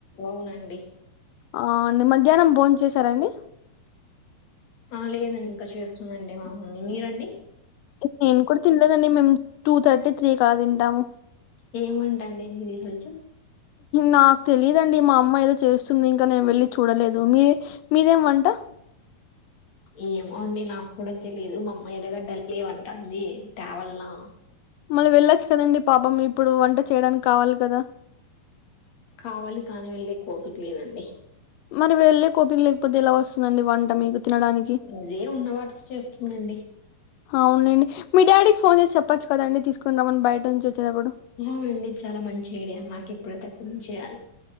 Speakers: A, on the left; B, on the left.
A: అవునండి
B: ఆ అండి మధ్యాహ్నం బోన్ చేశారా అండి
A: ఆ లేదండి ఇంక చేస్తుందండి మా మమ్మీ మీరండి
B: నేను కూడ తినలేదండి మేము టూ థర్టీ త్రీకలా తింటాము
A: ఏం వంట అండి మీది ఈ రోజు
B: నాకు తెలీదండి మా అమ్మ ఏదో చేస్తుంది ఇంకా నేను వెళ్ళి చూడలేదు మీరు మీదేం వంట
A: ఏమో అండి నాకు కూడా తెలీదు మా అమ్మ ఎర్రగడ్డలు లేవ్ అంటోంది తావెల్నా
B: మరి వెళ్ళొచ్చు కదండి పాపం ఇప్పుడు వంట చేయడానికి కావాలి కదా
A: కావాలి కానీ వెళ్ళేకోపిక లేదండి
B: మరి వెళ్ళే కోపిక లేకపోతే ఎలా వస్తుందండి వంట మీకు తినడానికి
A: అదే ఉన్నవాటితో చేస్తుతున్నండి
B: అవునండి మీ డాడీకి ఫోన్ చేసి చెప్పచ్చు కదండి తీసుకోని రమని బయట నుంచి వచ్చేటప్పుడు
A: అవునండి చాలా మంచి ఏడియా నాకు ఇప్పుడ తగ్గించ చేయాలి